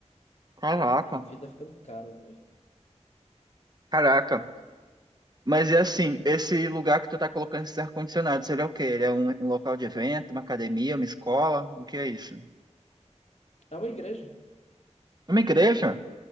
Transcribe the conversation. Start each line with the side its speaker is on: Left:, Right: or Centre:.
Right: caraca,
Left: aí fica ficando caro, velho.
Right: caraca. Mas é assim, esse lugar que tu tá colocando esses ar-condicionados, ele é o quê? Ele é um, um local de evento, uma academia, uma escola? O que é isso?
Left: É uma igreja.
Right: Uma igreja?